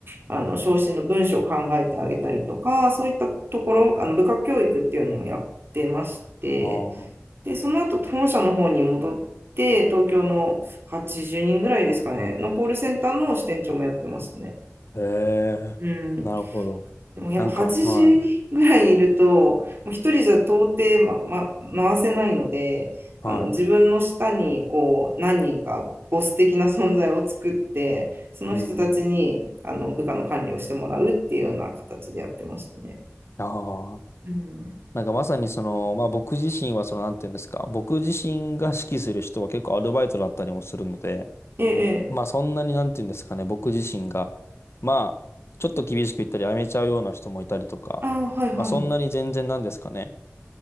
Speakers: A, on the right; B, on the left.
A: あの、昇進の文章を考えてあげたりとか、そういったところ、あの、部下教育っていうのもやってまして、
B: ああ、
A: で、その後、本社の方に戻って、東京の80人ぐらいですかね、のコールセンターの支店長もやってますね。
B: ええなるほど。
A: うん。でもやっぱ8時ぐらいいると、
B: なんか、は
A: もう一人じゃ到底、まま、回せないので、
B: い、
A: あの自分の下にこう何人かボス的な存在を作って、
B: は
A: その人たちにあの部下の管理をしてもらうっていうような形でやってましたね。
B: い、うん、ああ。
A: うん、
B: なんかまさにその、まあ僕自身はその、なんていうんですか、僕自身が指揮する人は結構アルバイトだったりもするので、
A: ええ、ええ
B: まあそんなになんて言うんですかね、僕自身が、まあ、ちょっと厳しく言ったり、やめちゃうような人もいたりとか、
A: ああ、はいはい。
B: まあそんなに全然なんですかね、